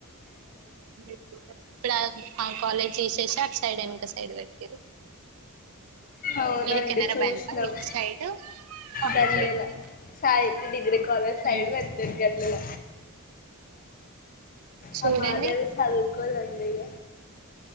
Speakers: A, on the right; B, on the left.
A: ఇప్పుడు ఆ కాలేజ్ తిసేసి అటు సైడ్ ఎనక సైడ్ పట్టీలు.
B: అవునండి
A: ఇది కెనరా
B: చూసినాం
A: బ్యాంక్ అ ఇటు సైడ్ కాలేజ్
B: గల్లీల
A: పెట్టిండ్రు.
B: సాహిత్య డిగ్రీ కాలేజ్ సైడ్
A: హుమ్.
B: పెడతారు గల్లీల
A: చూడండి.
B: ఆ మాధవి చదువుకోదండి ఇగ